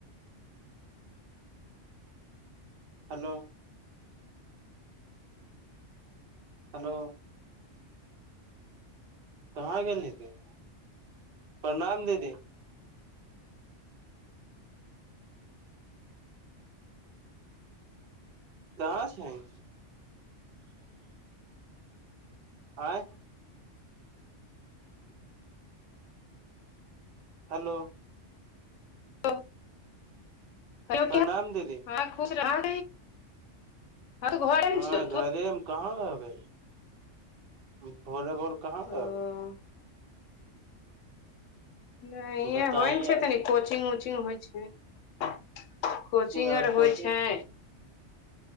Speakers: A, on the right (about 55°); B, on the left (about 85°).
A: हलौ हलो कहाँ गेली गे प्रणाम दीदी कहां छीही आंय हलो
B: हलो हेलो
A: प्रणाम
B: क्या
A: दीदी
B: हं खुश रह तऽ घरेमे
A: नै
B: छियौ तू
A: घरे हम कहां रहबै भोरे भोर कहां
B: ओ
A: रहबै
B: नइ
A: बताई
B: होइ छै
A: आब
B: तनी कोचिंग ओचिंग होइ छै कोचिंग
A: आब
B: आर
A: कोचिंग
B: होइ छै